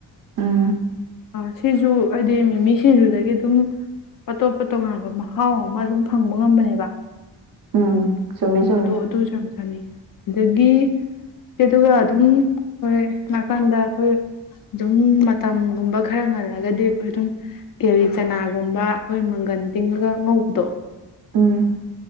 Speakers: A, on the right; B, on the left.
A: ꯎꯝ
B: ꯑ ꯁꯤꯁꯨ ꯍꯥꯏꯗꯤ ꯃꯤꯃꯤ ꯁꯤꯡꯖꯨꯗꯒꯤ ꯑꯗꯨꯝ ꯑꯇꯣꯞꯄ ꯇꯣꯉꯥꯟꯕ ꯃꯍꯥꯎ ꯑꯃ ꯑꯗꯨꯝ ꯐꯪꯕ ꯉꯝꯕꯅꯦꯕ
A: ꯎꯝ ꯆꯨꯝꯃꯤ ꯆꯨꯝꯃꯤ
B: ꯑꯗꯣ ꯑꯗꯨꯁꯨ ꯌꯥꯝ ꯆꯥꯅꯤꯡꯉꯤ ꯑꯗꯒꯤ ꯏꯆꯦ ꯑꯗꯨꯒ ꯑꯗꯨꯝ ꯈꯣꯏ ꯅꯥꯀꯟꯗ ꯑꯩꯈꯣꯏ ꯑꯗꯨꯝ ꯃꯇꯝꯒꯨꯝꯕ ꯈꯔ ꯉꯜꯂꯒꯗꯤ ꯑꯩꯈꯣꯏ ꯑꯗꯨꯝ ꯀꯦꯜꯂꯤ ꯆꯅꯥꯒꯨꯝꯕ ꯑꯩꯈꯣꯏ ꯃꯪꯒꯟ ꯇꯤꯡꯉꯒ ꯉꯧꯕꯗꯣ
A: ꯎꯝ